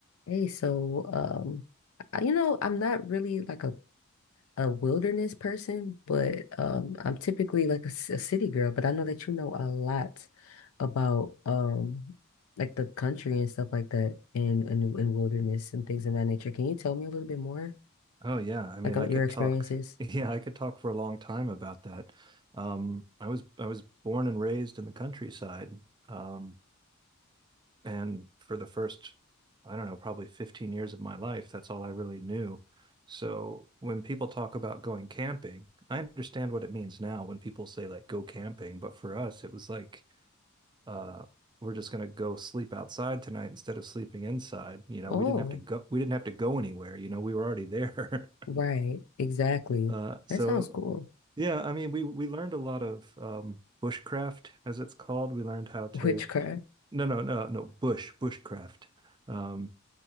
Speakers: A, on the left; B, on the right.
A: Hey, so um, I, you know, I'm not really like a, a wilderness person, but um, I'm typically like a, c- a city girl. But I know that you know a lot about um, like the country and stuff like that, and and, and wilderness and things of that nature. Can you tell me a little bit more,
B: Oh yeah, I mean
A: like on
B: I could
A: your experiences?
B: talk <laughs> yeah, I could talk for a long time about that. Um I was I was born and raised in the countryside. Um and for the first I don't know, probably 15 years of my life, that's all I really knew. So when people talk about going camping, I understand what it means now when people say like go camping, but for us it was like uh we're just going to go sleep outside tonight instead of sleeping inside. You know,
A: Oh,
B: we didn't have to go we didn't have to go anywhere, you know, we were already there. <laughs>
A: right, exactly.
B: Uh, so
A: That sounds cool.
B: Yeah, I mean, we we learned a lot of um, bushcraft, as it's called. We learned how to
A: <laughs> Witchcraft.
B: no, no, no, no, bush, bushcraft. Um,